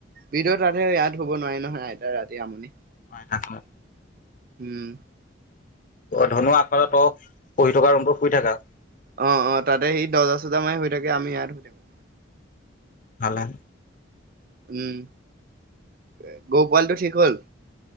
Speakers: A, on the right; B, on the left.
A: ভিতৰত ৰাতি ইয়াত হব নোৱাৰে নহয়। আইতা ৰাতি আমনি।
B: পাই থাকে।
A: উম।
B: ধুনু কাষৰ ৰূম টোত তই পঢ়ি থকা। ৰুমটো শুই থাকা
A: অ অ তাতে সি দৰ্জা - চৰ্যা মাৰি শুই থাকে। আমি ইয়াত শুই থাকো।
B: ভালে।
A: উম, গৰু পোৱালিটো ঠিক হ'ল।